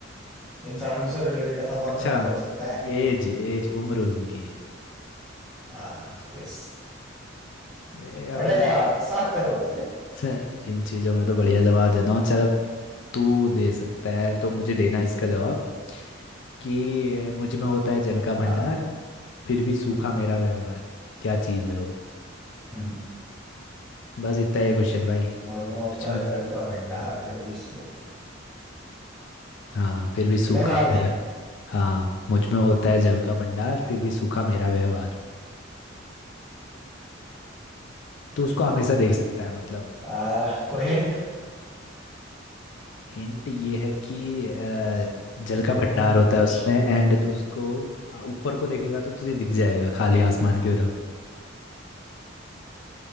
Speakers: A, in the centre; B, on the left.
A: इंसानों से रिलेटेड ऐसा कौन
B: अच्छा
A: सा नंबर हो सकता है
B: एज एज उम्र उनकी
A: हाँ यस
B: देखा
A: बढ़िया
B: भाई
A: जवाब
B: <laughs>
A: सात करोड़
B: छे, इन चीजों में तो बढ़िया जवाब देता हूँ चल अब तू दे सकता है तो मुझे देना इसका जवाब कि अ, मुझ में होता है जल का भंडार
A: हाँ
B: फिर भी सूखा मेरा व्यवहार क्या चीज है वो
A: हम्म
B: बस इतना ही है क्वेश्चन भाई
A: मौज में होता
B: मुझ में
A: है जल का भंडार फिर भी slow।
B: हाँ फिर भी सूखा
A: इतने सवाल
B: मेरा
A: है
B: हाँ मुझ में होता है जल का भंडार फिर भी सूखा मेरा व्यवहार तो उसको हमेशा देख सकता है मतलब
A: आ, कोई हिंट
B: हिंट ये है कि अ, जल
A: हम्म
B: का भंडार होता
A: हमेशा
B: है उसमें एंड तो उसको अ, ऊपर को देखेगा तो तुझे दिख जाएगा खाली आसमान की तरफ